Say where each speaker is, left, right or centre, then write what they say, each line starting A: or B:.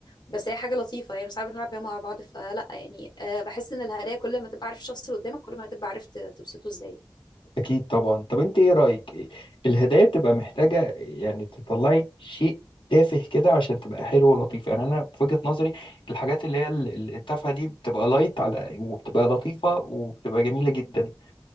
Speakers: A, on the left; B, on the left.
A: بس هي حاجه لطيفه يعني ساعات بنلعب بيها مع بعض فلا يعني آه، بحس ان الهدايا كل ما تبقى عارف الشخص اللي قدامك كل ما هتبقى عارف ت- تبسطه ازاي
B: أكيد طبعا طب أنت إيه رأيك إيه- الهدايا بتبقى محتاجة يعني تطلعي شيء تافه كده عشان تبقى حلو ولطيف يعني أنا في وجهة نظري الحاجات اللي هي ال- التافهة دي بتبقى لايت على وبتبقى لطيفة وبتبقى جميلة جدا